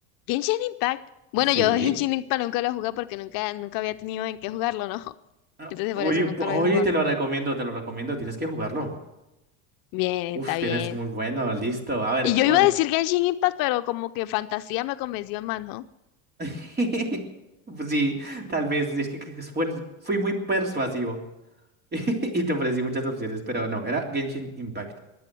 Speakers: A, on the left; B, on the right.
A: Genshin Impact. Bueno,
B: Sí.
A: yo <laughs> Genshin Impact nunca lo he jugado porque nunca, nunca había tenido en qué jugarlo, ¿no? <laughs>
B: Ah,
A: Entonces
B: Oye,
A: por eso nunca
B: po-
A: lo
B: oye,
A: había jugado.
B: te lo recomiendo, te lo recomiendo, tienes que jugarlo.
A: Bien,
B: Uf,
A: está bien.
B: tienes muy bueno, listo. A ver,
A: Y yo
B: ¿cuál?
A: iba a decir Genshin Impact, pero como que fantasía me convenció más, ¿no?
B: <laughs> Pues sí, tal vez, es que, que que fue- fui muy persuasivo <laughs> y te ofrecí muchas opciones, pero no, era Genshin Impact.